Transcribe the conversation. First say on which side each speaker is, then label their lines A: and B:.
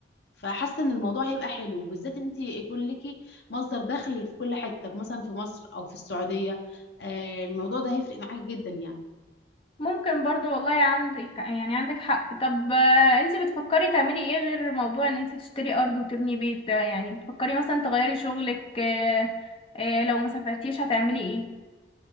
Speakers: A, on the left (about 65°); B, on the left (about 30°).
A: فحاسه ان الموضوع هيبقى حلو بالذات ان انت يكون ليكي مصدر دخل في كل حته في مثلا في مصر او في السعوديه آه، الموضوع ده هيفرق معاكي جدا يعني
B: ممكن برضو والله عندك يعني عندك حق طب آه، انتي بتفكري تعملي ايه غير موضوع ان انتي تشتري ارض وتبني بيت ده يعني بتفكري مثلا تغيري شغلك آه، آه، لو ما سافرتيش هتعملي ايه؟ إن